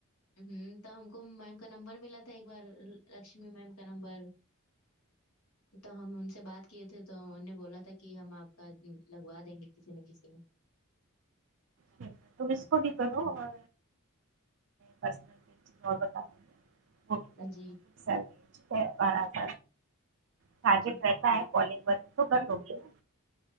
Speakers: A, on the left; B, on the right.
A: ہ ت ہم کو کم میم کا نمبر ملا تھا ایک بار لکشمی میم کا نمبر تو ہم ان سے بات کیے تھے تو ان نے بولا تھا کہ ہم آپ کا لگوا دیں گے <inaudible>
B: ٹھیک تم اس کو بھی کرو اور پس بتا دوں گی
A: میں جی
B: با <inaudible> <inaudible>
A: جی
B: کالنگ و تو کر لگی ن